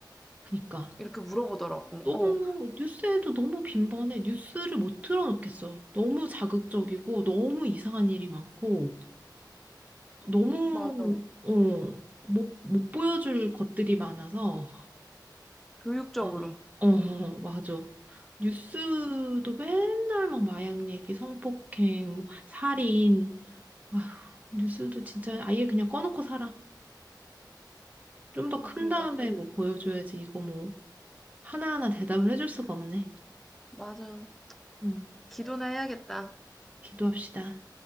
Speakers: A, on the right (about 20°); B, in the centre.
A: 그니까.
B: 이렇게 물어보더라고.
A: 너무
B: 어,
A: 뉴스에도 너무 빈번해. 뉴스를 못 틀어놓겠어. 너무 자극적이고 너무 이상한 일이 많고 너무
B: 맞아.
A: 어, 못, 못 보여줄 것들이 많아서
B: 교육적으로.
A: 아, 어, <laughs> 맞아. 뉴스도 맨날 막 마약 얘기, 성폭행, 뭐 살인. 아휴, 뉴스도 진짜 아예 그냥 꺼놓고 살아. 좀 더
B: 아,
A: 큰
B: 그러니까
A: 다음에
B: 그냥,
A: 뭐 보여줘야지. 이거 뭐 하나하나 대답을 해줄 수가 없네.
B: 맞아.
A: 음,
B: 기도나 해야겠다.
A: 기도합시다.